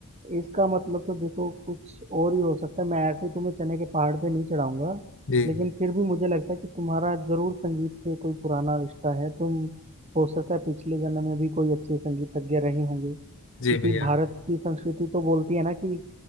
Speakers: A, on the right; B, on the left.
A: इसका मतलब तो देखो कुछ और ही हो सकता है मैं ऐसे ही तुम्हें चने के पहाड़ पे नहीं चढ़ाऊंगा
B: जी
A: लेकिन फिर भी मुझे लगता है कि तुम्हारा जरूर संगीत से कोई पुराना रिश्ता है तुम हो सकता है पिछले जन्म में भी कोई अच्छे संगीतज्ञ रहे होंगे क्योंकि
B: जी भैया
A: भारत की संस्कृति तो बोलती है ना कि